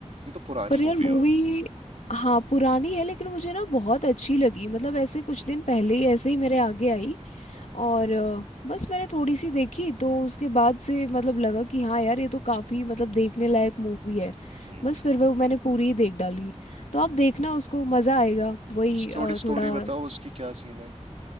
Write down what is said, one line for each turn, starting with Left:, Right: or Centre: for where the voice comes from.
Right: ये तो पुरानी
Left: पर यार
Right: मूवी
Left: मूवी
Right: है और
Left: हाँ पुरानी है लेकिन मुझे ना बहुत अच्छी लगी मतलब ऐसे कुछ
Right: हम्म
Left: दिन पहले ही ऐसे ही मेरे आगे आई
Right: हम्म
Left: और अ, बस मैंने थोड़ी सी देखी तो उसके बाद से मतलब लगा कि हाँ यार ये तो काफ़ी मतलब देखने लायक मूवी है
Right: हम्म।
Left: बस
Right: हम्म।
Left: फिर वो मैंने पूरी ही देख डाली तो आप देखना उसको मज़ा आएगा वही अ,
Right: थोड़ी स्टोरी
Left: थोड़ा
Right: बताओ उसकी क्या सीन है